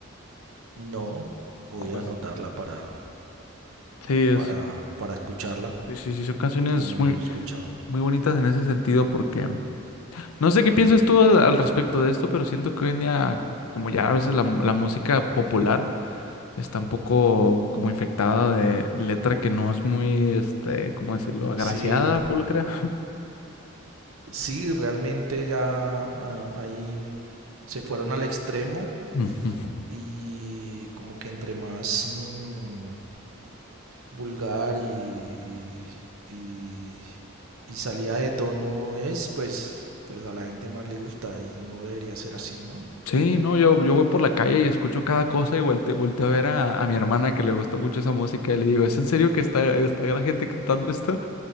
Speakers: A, on the right; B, on the left.
A: No, voy
B: Ah, pues...
A: a anotarla para,
B: Sí, es...
A: para, para escucharla,
B: Sí, sí, sí, son canciones
A: que no
B: muy,
A: lo he escuchado.
B: muy bonitas en ese sentido porque... No sé qué piensas tú al al respecto de esto, pero siento que hoy en día, como ya a veces la, la música popular está un poco como infectada de letra que no es muy, este, ¿cómo decirlo? Agraciada,
A: Sí,
B: pulcra.
A: sí, realmente ya ah, ahí se fueron al extremo
B: <laughs> Ujú.
A: y como que entre más mm, vulgar y, y, y salida de tono es, pues, pues a la gente más le gusta y no debería ser así, ¿no?
B: Sí, no, yo, yo voy por la calle y escucho cada cosa y volte- volteo a ver a, a mi hermana que le gusta mucho esa música y le digo, ¿es en serio que está, está la gente cantando esto?